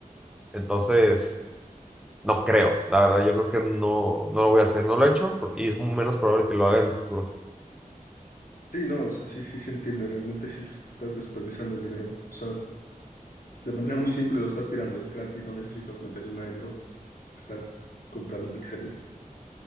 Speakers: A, in the centre; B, on the left.
A: Entonces, no creo, la verdad, yo creo que no, no lo voy a hacer, no lo he hecho por- y es menos probable que lo haga en el futuro.
B: Sí, no, o sea, sí, sí se entiende, realmente sí estás desperdiciando el dinero, o sea, de manera muy simple lo estás tirando, es gratis, no necesitas meterle nada de dinero, estás comprando píxeles.